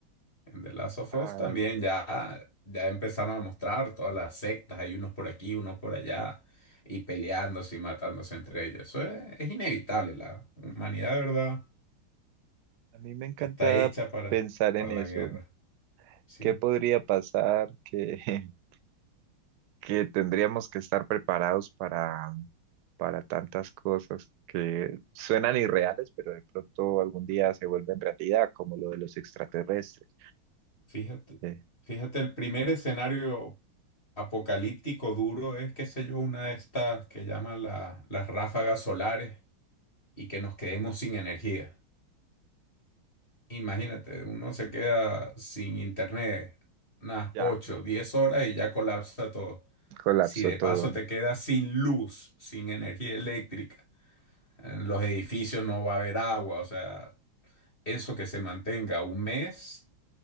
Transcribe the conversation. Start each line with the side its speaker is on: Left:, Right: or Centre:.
Left: En The Last of
Right: Ah,
Left: Us también ya, ya empezaron a mostrar todas las sectas, hay unos por aquí, unos por allá, y peleándose y matándose entre ellos. Eso es, es inevitable, la humanidad, de ¿verdad?
Right: a mí me encanta
Left: está hecha para,
Right: pensar en
Left: para
Right: eso.
Left: la guerra, ¿sí?
Right: ¿Qué podría pasar? Que, <laughs> que tendríamos que estar preparados para, para tantas cosas que suenan irreales, pero de pronto algún día se vuelven realidad, como lo de los extraterrestres.
Left: Fíjate,
Right: Eh,
Left: fíjate, el primer escenario apocalíptico duro es, qué sé yo, una de estas que llaman la- las ráfagas solares y que nos quedemos sin energía. Imagínate, uno se queda sin internet unas
Right: ya,
Left: 8, 10 horas y ya colapsa todo.
Right: colapsó
Left: Si de
Right: todo.
Left: paso te quedas sin luz, sin energía eléctrica, en los edificios no va a haber agua, o sea, eso que se mantenga un mes